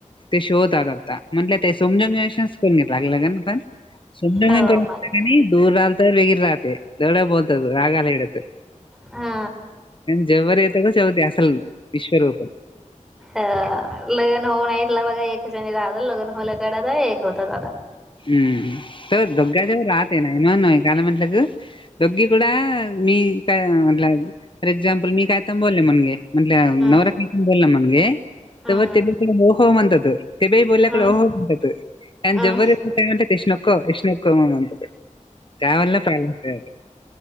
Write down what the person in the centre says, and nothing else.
हो
मरेच
हा
अ लग्न होऊ नाहीतला बघा एक जणी राहलं लग्न होल्या कड एक होत दादा
हम्म
हम्म
हम्म
हम्म